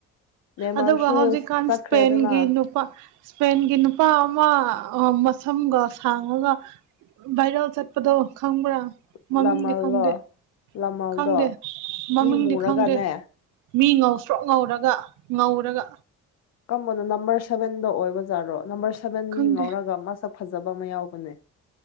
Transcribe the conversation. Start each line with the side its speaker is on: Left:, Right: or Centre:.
Left: ꯅꯦꯃꯔꯁꯨ
Right: ꯑꯗꯨꯒ ꯍꯧꯖꯤꯛꯀꯥꯟ
Left: ꯆꯠꯈ꯭ꯔꯦꯗꯅ
Right: ꯏꯁꯄꯦꯟꯒꯤ ꯅꯨꯄꯥ ꯏꯁꯄꯦꯟꯒꯤ ꯅꯨꯄꯥ ꯑꯃ ꯃꯁꯝꯒ ꯁꯥꯡꯉꯒ ꯚꯥꯏꯔꯦꯜ ꯆꯠꯄꯗꯣ ꯈꯪꯕ꯭ꯔꯥ ꯃꯃꯤꯡꯗꯤ
Left: ꯂꯃꯜꯂꯣ
Right: ꯈꯪꯗꯦ
Left: ꯂꯃꯜꯗꯣ
Right: ꯈꯪꯗꯦ ꯃꯃꯤꯡꯗꯤ
Left: ꯃꯤ ꯃꯨꯔꯒꯅꯦ
Right: ꯈꯪꯗꯦ ꯃꯤ ꯉꯧꯁ꯭ꯔꯣꯛ ꯉꯧꯔꯒ ꯉꯧꯔꯒ
Left: ꯀꯝꯕꯅꯣ ꯅꯝꯕꯔ ꯁꯚꯦꯟꯗꯣ ꯑꯣꯏꯕꯖꯥꯔꯗꯣ ꯅꯝꯕꯔ ꯁꯚꯦꯟ
Right: ꯈꯪꯗꯦ
Left: ꯃꯤ ꯉꯧꯔꯒ ꯃꯁꯛ ꯐꯖꯕ ꯑꯃ ꯌꯥꯎꯕꯅꯦ